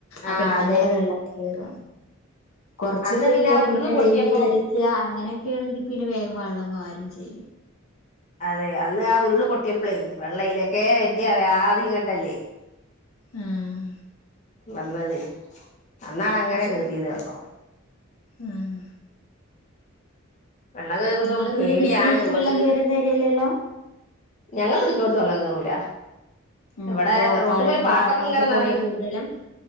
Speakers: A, on the left (about 35°); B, on the left (about 80°).
A: ആ
B: ആഹ് പെട്ടെന്നങ്ങട്‌
A: അതെ
B: വെള്ളം കേറ കൊർച്ച്
A: അന്ന്
B: പെയ്യ
A: ആ
B: പിന്നെ
A: ഉരുള് പൊട്ടിയപ്പം
B: വെയില് തെറി ക്ക്യാ അങ്ങനൊക്കെണെങ്കി പിന്നെ വേഗം വള്ളം വാരും ചെയ്യും.
A: അതെ അന്ന് ആ ഉരുള് പൊട്ട്യപ്ലേ വെള്ളയ്ലൊക്കെ വരണ്ടേ അറിയാ ആദ്യം ഇങ്ങട്ടല്ലേ.
B: ആഹ്.
A: വന്നത് അന്നാണ്
B: അത്
A: അങ്ങനെ
B: ശരി
A: കേറ്യത് വെള്ളം.
B: ആഹ്
A: വെള്ളം കയറുന്ന
B: നിങ്ങള്
A: പേടിയാണ്
B: വീട് നിക്കണോടത്ത്
A: നമ്മക്ക്
B: വെള്ളം കേറുന്ന ഏരിയല്ലല്ലോ
A: ഞങ്ങള ചുറ്റോട്ത്ത് വെള്ളം കേറൂല
B: ഉം
A: ഇവടെ
B: പോ
A: റോട്ടുമ്മല്
B: പഴയ
A: പാടത്തൊക്കെ
B: പാടങ്ങളൊക്കെ
A: ഇങ്ങനെ നറയും
B: കൊറെ കൂടുതലാ